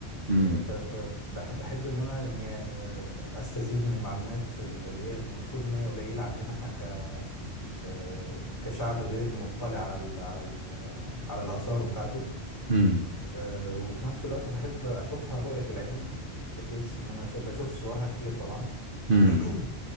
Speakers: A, on the right; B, on the left.
A: امم
B: يعني ب- ب- بحب بحب ان انا يعني آه، استزيد من المعلومات اللي هي المفروض ان هي قليله عندنا احنا ك آه، كشعب غير مطلع على ال على ال على الاثار بتاعته
A: امم
B: آه، وفي نفس الوقت بحب اشوفها رؤيه العين بحيث ان انا ش- بشوف صورها كتير طبعا
A: امم
B: <clears throat>